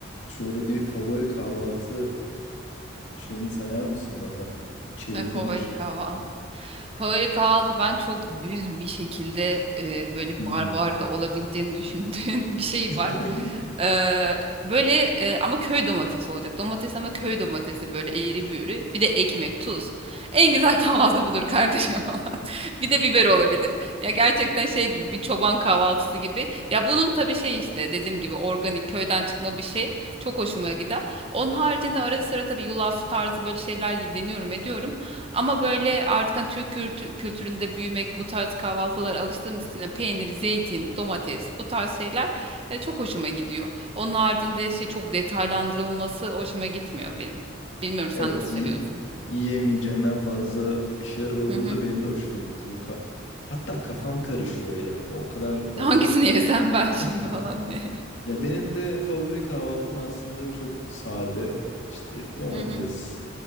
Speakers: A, on the left; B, on the right.
A: Şöyle bir favori kahvaltı şeyini sayar mısın bana? İçerik
B: <laughs> Favori
A: nedir?
B: kahvaltı. Favori kahvaltı ben çok düz bir şekilde e, böyle
A: Hı
B: barbar
A: hı.
B: da olabildiğini düşündüğüm <laughs> bir şey
A: <laughs>
B: var. Ee, böyle e, ama köy domatesi olacak. Domates ama köy domatesi böyle eğri büğrü. Bir de ekmek, tuz. En güzel <laughs> kahvaltı budur kardeşim <laughs> falan. Bir de biber olabilir. Ya gerçekten şey gibi bir çoban kahvaltısı gibi. Ya bunun tabii şey işte dediğim gibi organik köyden çıkma bir şey. Çok hoşuma gider. Onun haricinde ara sıra tabii yulaf tarzı böyle şeyler deniyorum ediyorum. Ama böyle artık hani Türk kültü- kültüründe büyümek, bu tarz kahvaltılara alıştığımız için de peynir, zeytin, domates bu tarz şeyler e, çok hoşuma gidiyor. Onun haricinde şey çok detaylandırılması hoşuma gitmiyor benim. Bilmiyorum sen
A: Evet,
B: nasıl seviyorsun?
A: yi- yiyemeyeceğinden fazla bir şeyler olduğunda
B: Hı hı.
A: benim de hoşuma gitmiyor. Ka- Hatta kafam karışıyor yani. O kadar
B: <laughs>
A: fazla
B: Hangisini
A: ki.
B: yesem ben şimdi
A: <laughs>
B: falan diye.
A: Ya benim de favori kahvaltım aslında çok sade. İşte domates,
B: Hı hı.